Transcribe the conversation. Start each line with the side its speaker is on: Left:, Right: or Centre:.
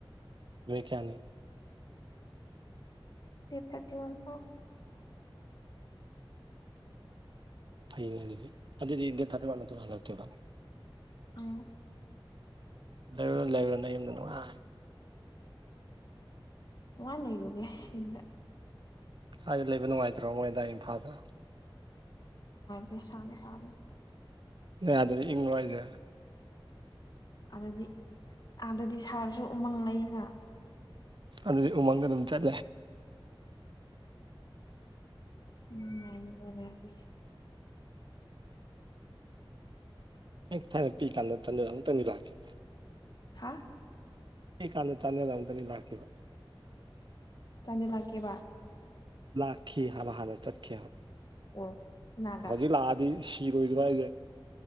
Right: ꯃꯕꯒ꯭ꯅꯤ
Left: ꯗꯦꯠ ꯊꯥꯔꯇꯤ ꯋꯥꯟ ꯐꯥꯎ
Right: ꯐꯅꯦ ꯑꯗꯨꯗꯤ ꯑꯗꯨꯗꯤ ꯏ ꯊ ꯊꯔꯣ
Left: ꯑ
Right: ꯂꯥꯏꯕꯔꯣ ꯂꯥꯏꯕꯔꯣ ꯌꯨꯝꯗꯅꯨꯡꯉꯥꯏ
Left: ꯋꯥ ꯅꯏꯔꯨꯒꯦ ꯏꯗ
Right: ꯁ꯭ꯋꯥꯏꯗ ꯂꯩꯕ ꯅꯨꯡꯉꯥꯏꯇ꯭ꯔꯣ ꯃꯣꯏꯗ ꯏꯝꯐꯥꯜꯗ
Left: ꯃꯦ ꯁꯂ ꯁ
Right: ꯌꯥꯗꯗꯤ ꯏꯪ ꯅꯨꯡꯉꯥꯏꯁꯦ
Left: ꯑꯗꯗꯤ ꯑꯥꯗꯗꯤ ꯁꯥꯔꯁꯨ ꯎꯃꯪ ꯂꯩꯩꯅ
Right: ꯑꯗꯨꯗꯤ ꯎꯃꯪꯗ ꯑꯗꯨꯝ ꯆꯠꯂꯦ
Left: ꯎꯝ ꯉꯥꯏꯅꯤꯀꯔꯗꯤ
Right: ꯍ ꯊꯥꯏꯅ ꯄꯤ ꯀꯥꯟꯗ ꯆꯟꯖꯔ ꯑꯃꯝꯇꯟꯕꯤ ꯂꯛꯀꯦ
Left: ꯍꯥ
Right: ꯀ ꯀꯥꯟꯗ ꯆꯥꯟꯅꯅꯕ ꯑꯝꯇꯅꯤ ꯂꯥꯛꯈꯤꯕ
Left: ꯆꯥꯟꯁꯤꯜꯂꯛꯀꯦꯕ
Right: ꯂꯥꯛꯈꯤ ꯍꯥꯏꯕ ꯍꯥꯟꯅ ꯆꯠꯈꯤ
Left: ꯑꯣ ꯀꯅꯥꯒ
Right: ꯍꯧꯖꯤꯛ ꯂꯥꯛꯑꯗꯤ ꯁꯤꯔꯣꯏꯗ꯭ꯔꯣ ꯑꯩꯁꯦ